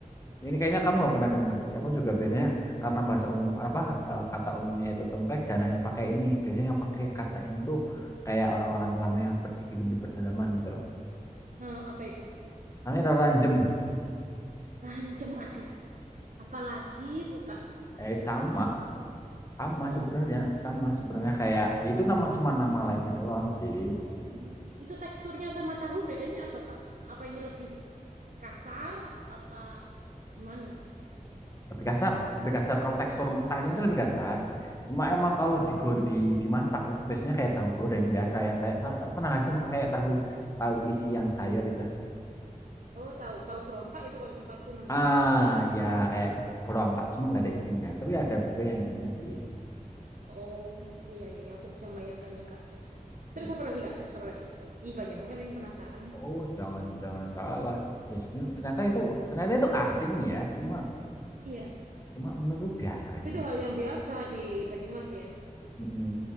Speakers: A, on the left; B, on the right.
A: Ini kayaknya kamu nggak pernah dengar sih. Aku juga biasanya karena bahasa umum apa eh, kata umumnya itu templek jarang yang pakai ini. Biasanya yang pakai kata ini tuh kayak orang-orang lama yang ped- hidup di pedalaman gitu loh.
B: Nah, apa itu?
A: namanya Ranjem.
B: Rancem, aduh. Apalagi tuh Kak. Aku
A: Eh
B: nggak
A: sama,
B: paham.
A: sama
B: Oh,
A: sebenarnya,
B: sa-
A: sama sebenarnya kayak ya itu nama cuma nama lainnya doang sih.
B: oh, itu teksturnya sama tahu bedanya apa Kak? Apa ini lebih? kasar apa gimana?
A: Lebih kasar,
B: Karena
A: lebih
B: itu-
A: kasar kalau tekstur
B: oh
A: mentahnya
B: lebih
A: itu
B: kasar.
A: lebih kasar. Cuma emang kalau digor di dimasak itu biasanya kayak tahu goreng biasa yang kayak tahu pernah nggak sih makan kayak tahu tahu isi yang sayur itu.
B: Oh tahu tahu berontak itu kalau tempatku namanya.
A: Ah, ya kayak berontak cuma nggak ada isinya. Tapi ada juga yang isinya sih.
B: Oh iya iya iya, aku bisa membayangkannya kak.
A: Wih,
B: Terus apa lagi kak? Terus apa lagi? Ih banyak banget ini penasaran nih.
A: Oh, jangan-jangan salah. Ya sebenarnya ternyata itu ternyata itu asing ya. Cuma
B: Iya,
A: cuma menurutku biasa
B: tapi
A: aja
B: itu hal yang biasa di Banyumas ya.
A: Mm-mm.